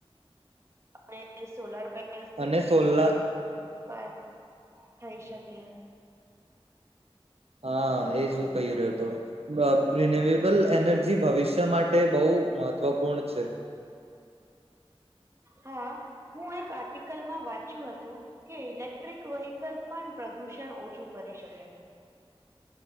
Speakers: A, on the right; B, on the right.
A: અને સોલાર પેનલ સોલર પેનલ્સ થી
B: અને
A: બીજળ
B: સોલા
A: પણ ઉત્પાદ થઈ શકે.
B: હા એજું કહી રહ્યો હતો. રિન્યુએબલ એનર્જી ભવિષ્ય માટે બહુ મહત્વપૂર્ણ છે.
A: હા હું એક આર્ટિકલમાં વાંચ્યું હતું કે ઇલેક્ટ્રિક વહીકલ પણ પ્રદુષણ ઓછું કરી શકે.